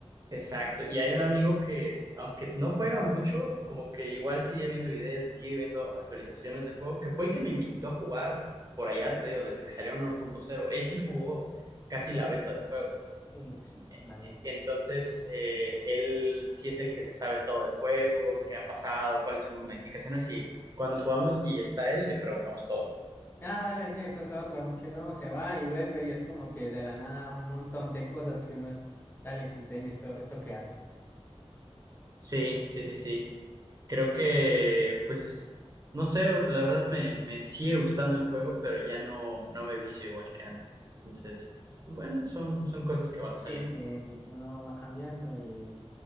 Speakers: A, on the right; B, on the left.
A: Exacto. Y hay un amigo que, aunque no juega mucho, como que igual sigue viendo videos y sigue viendo actualizaciones del juego, que fue el que me invitó a jugar por allá, te digo, desde que salieron cero Él sí jugó casi la beta del juego.
B: Mm, Dale.
A: E- Entonces, eh, él sí es el que se sabe todo del juego, qué ha pasado, cuáles son las modificaciones y cuando jugamos y está él, le preguntamos todo.
B: Ah, dale, sí, esa es la otra, porque uno se va y vuelve y es como que de la nada un montón de cosas que uno es, dale XD y esto, esto qué hace.
A: Sí, sí, sí, sí. Creo que, pues, no sé, la verdad me, me sigue gustando el juego, pero ya no, no me vicio igual que antes. Entonces, bueno, son, son cosas que van saliendo.
B: Sí, sí, uno va cambiando y,